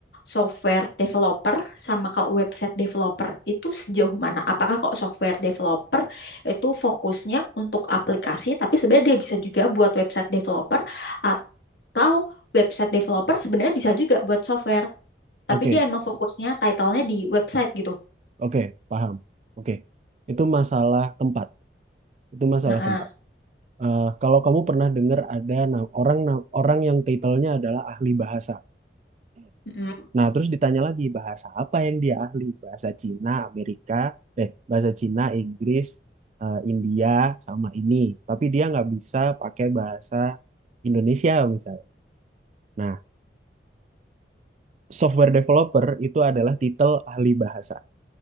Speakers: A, on the left; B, on the right.
A: software developer sama kalau website developer itu sejauh mana? Apakah kalau software developer itu fokusnya untuk aplikasi, tapi sebenarnya dia bisa juga buat website developer atau website developer sebenarnya bisa juga buat software,
B: Oke,
A: tapi dia emang fokusnya title-nya di website gitu.
B: oke, paham. Oke, itu masalah tempat. Itu masalah
A: Heeh.
B: tempat. Eh, kalau kamu pernah dengar ada na- orang na- orang yang titelnya adalah ahli bahasa.
A: Mm-mm.
B: Nah, terus ditanya lagi bahasa apa yang dia ahli? Bahasa Cina, Amerika, eh bahasa Cina, Inggris, eh, India sama ini. Tapi dia nggak bisa pakai bahasa Indonesia misalnya. Nah, software developer itu adalah titel ahli bahasa.